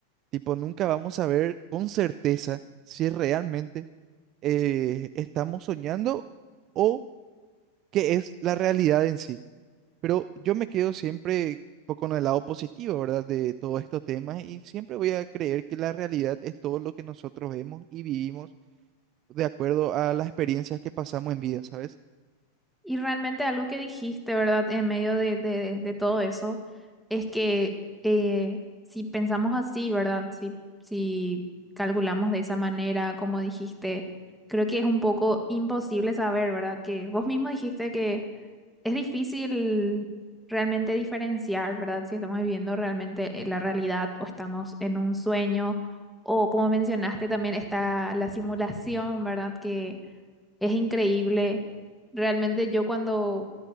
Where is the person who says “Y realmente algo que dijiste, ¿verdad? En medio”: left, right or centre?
Centre